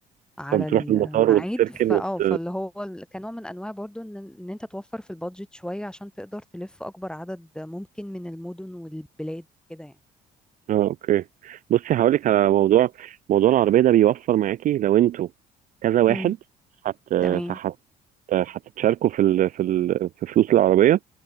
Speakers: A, in the centre; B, on the right.
A: على
B: فبتروح
A: الميعاد
B: المطار وتركن
A: فاه
B: وت...
A: فاللي هو ال- كنوع من انواع برضو ان ان انت توفر في البادجت شويه عشان تقدر تلف اكبر عدد ممكن من المدن والبلاد كده يعني
B: اه اوكي بصي هقولك على موضوع موضوع العربية ده بيوفر معاكي لو انتوا كذا واحد
A: امم
B: هت
A: تمام
B: فهت هتتشاركوا في ال... في ال... في فلوس العربية